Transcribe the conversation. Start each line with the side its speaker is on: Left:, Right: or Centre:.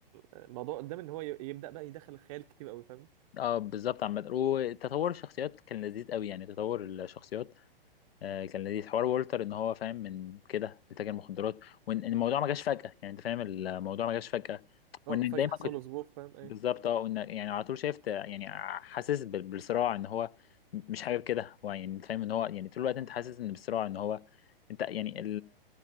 Right: الموضوع قدام ان هو ي- يبدا بقى يدخل الخيال كتير قوي فاهم
Left: اه بالظبط عامة وتطور الشخصيات كان لذيذ قوي يعني تطور الشخصيات آه كان لذيذ حوار وولتر ان هو فاهم من كده لتاجر مخدرات وان إن الموضوع ما جاش فجأة يعني انت فاهم الموضوع ما جاش فجأة
Right: اه
Left: وانك
Right: فجاه
Left: دايما
Right: حصل
Left: كنت
Right: له ظروف فاهم ايه
Left: بالظبط اه وانك يعني على طول شايف ت- يعني حاسس بال- بالصراع ان هو مش حابب كده هو يعني انت فاهم ان هو يعني طول الوقت انت حاسس ان بالصراع ان هو انت يعني